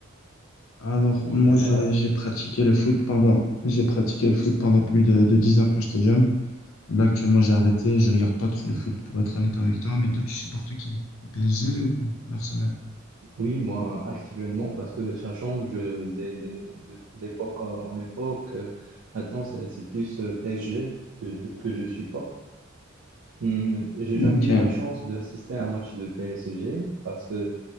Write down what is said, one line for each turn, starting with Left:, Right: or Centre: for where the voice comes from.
Left: Alors,
Right: en
Left: moi,
Right: général?
Left: j'ai j'ai pratiqué le foot pendant, j'ai pratiqué le foot pendant plus de, de 10 ans quand j'étais jeune. Là, actuellement, j'ai arrêté. Je regarde pas trop le foot pour être honnête avec toi. Mais toi, tu supportes qui? Le PSG ou l'Arsenal?
Right: Oui, moi actuellement, parce que ça change euh, des- des- de- d'époque en époque. Euh, Maintenant, c'est c'est plus euh, PSG que je, que je supporte. Hum, J'ai
Left: Ok.
Right: jamais eu la chance d'assister à un match de PSG parce que